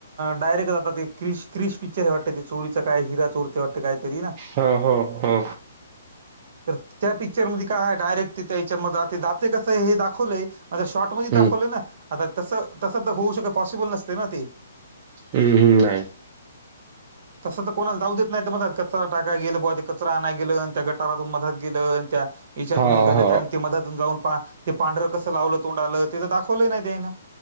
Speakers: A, on the right; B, on the right.
A: डायरेक्ट जातात ते क्रिश. क्रिश पिक्चर हे वाटतं ते चोरीचा काय हिरा चोरतय वाटते कायतरी ना.
B: हा हो हो.
A: तर त्या पिक्चर मध्ये काय डायरेक्ट त्या याच्यामध्ये ते जाते कसं आहे हे दाखवलंय. शॉर्ट मध्ये दाखवले
B: हम्म
A: ना आता तस तस तर होऊ शके पॉसिबल नसते ना ते.
B: हम्म हम्म नाही
A: तस तर कोणाला जाऊ देत नाही तर मण कचरा टाका गेलं ब. कचरा आणा गेलं त्या गटारातून मधात गेलं, त्या याच्यातून
B: हा
A: निघालं
B: हा
A: त्या ते मधात. जाऊन पहा ते पांढरं कसं लावलं तोंडालं ते तर दाखवलं नाही त्यां हेन.